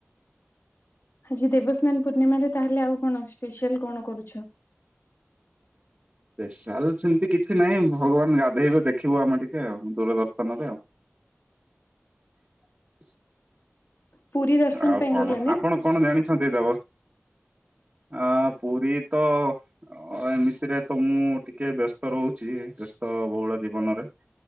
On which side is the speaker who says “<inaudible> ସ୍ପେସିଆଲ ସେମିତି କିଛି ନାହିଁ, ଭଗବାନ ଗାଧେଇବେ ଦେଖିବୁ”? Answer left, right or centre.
Right